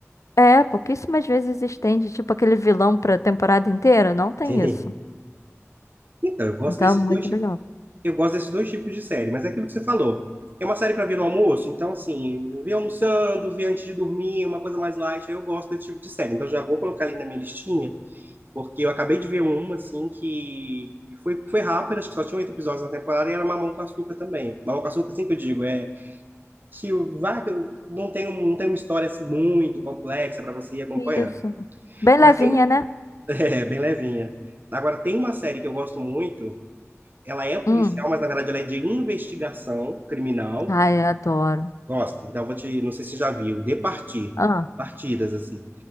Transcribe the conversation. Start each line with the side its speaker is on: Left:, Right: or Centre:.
Left: é, pouquíssimas vezes estende, tipo aquele vilão pra temporada inteira. Não tem
Right: Sim.
Left: isso.
Right: Então, eu gosto
Left: Então
Right: desses
Left: é muito
Right: dois tipos,
Left: legal.
Right: eu gosto desses dois tipos de série, mas é aquilo que você falou. É uma série para ver no almoço, então assim, ver almoçando, ver antes de dormir, uma coisa mais light, eu gosto desse tipo de série. Então já vou colocar ali na minha listinha, porque eu acabei de ver uma assim que foi, foi rápida, acho que só tinha oito episódios na temporada e era Mamão com Açúcar também. Mamão com Açúcar, assim que eu digo, é que o Vaca não tem, um- não tem uma história assim muito complexa para você ir acompanhando.
Left: Isso. Bem
Right: Mas
Left: levinha,
Right: tem,
Left: né?
Right: <laughs> é, bem levinha. Agora, tem uma série que eu gosto muito, ela é policial,
Left: Hum.
Right: mas na verdade ela é de investigação criminal.
Left: Ai, eu adoro.
Right: Gosta? Então, vou te, não sei se você já viu, De Partir,
Left: Ah,
Right: Partidas, assim.